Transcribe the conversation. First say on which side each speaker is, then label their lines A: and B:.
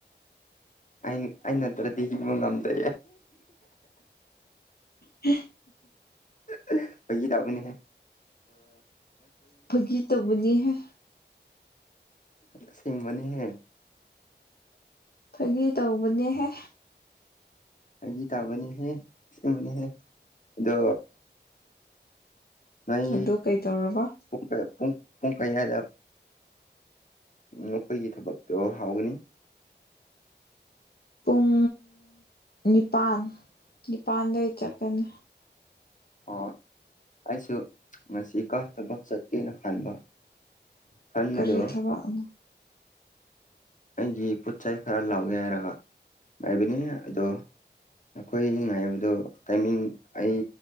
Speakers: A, on the left; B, on the left.
A: ꯑ ꯑꯩ ꯅꯠꯇ꯭ꯔꯗꯤ ꯍꯤꯡꯕ ꯉꯝꯗꯦ
B: ꯍꯤꯍꯤ
A: <unintelligible> ꯐꯥꯒꯤ ꯇꯥꯕꯅꯤꯍꯦ
B: ꯐꯥꯒꯤ ꯇꯧꯕꯅꯤꯍꯦ
A: ꯑꯁꯦꯡꯕꯅꯤꯍꯦ
B: ꯐꯥꯒꯤ ꯇꯧꯕꯅꯦꯍꯦ
A: ꯐꯥꯒꯤ ꯇꯥꯎꯕꯅꯦꯍꯦ ꯑꯁꯦꯡꯅꯦꯍꯦ ꯑꯗꯣ ꯅꯣꯏ
B: ꯑꯗꯨ ꯀꯩ ꯗꯧꯔꯕ
A: ꯄꯨꯡ ꯄꯨꯡ ꯀꯌꯥꯏꯗ ꯅꯈꯣꯏꯒꯤ ꯊꯕꯛꯇꯣ ꯍꯥꯎꯒꯅꯤ
B: ꯄꯨꯡ ꯅꯤꯄꯥꯟ ꯅꯤꯄꯥꯟꯗꯩ ꯆꯠꯀꯅꯤ
A: ꯑꯣ ꯑꯩꯁꯨ ꯉꯁꯤ ꯀꯥ ꯊꯕꯛ ꯆꯠꯀꯦꯅ ꯈꯟꯕ ꯈꯟꯕꯗꯣ
B: ꯀꯔꯤ ꯊꯕꯛꯅꯣ
A: ꯑꯩꯒꯤ ꯄꯣꯠꯆꯩ ꯈꯔ ꯂꯥꯎꯒꯦ ꯍꯥꯏꯔꯒ ꯉꯥꯏꯕꯅꯤꯍꯦ ꯑꯗꯣ ꯅꯈꯣꯏ ꯉꯥꯏꯕꯗꯣ ꯇꯥꯏꯃꯤꯡ ꯑꯩ